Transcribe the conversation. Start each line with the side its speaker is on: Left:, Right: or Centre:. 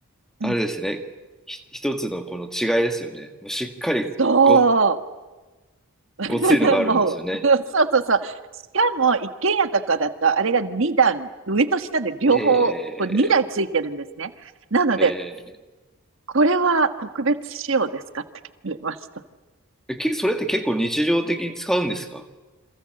Centre: あれですね。
Right: うん。
Centre: ひ一つのこの違いですよね。もうしっかりご、
Right: そう。<laughs>
Centre: ごついのがあるんですよね。
Right: もう、<laughs> そうそうそう。しかも、一軒家とかだと、あれが2段、上と下で両方、
Centre: ええ、
Right: こう2台ついてるんですね。なので、
Centre: ええ、
Right: これは特別仕様ですかって聞かれました。
Centre: えけそれって結構日常的に使うんですか